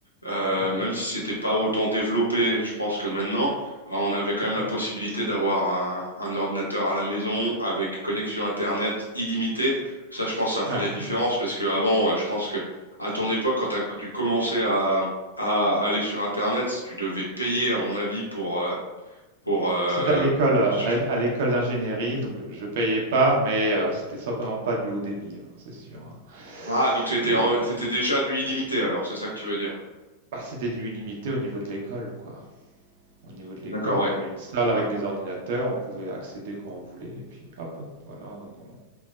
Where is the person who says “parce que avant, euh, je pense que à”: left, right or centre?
Left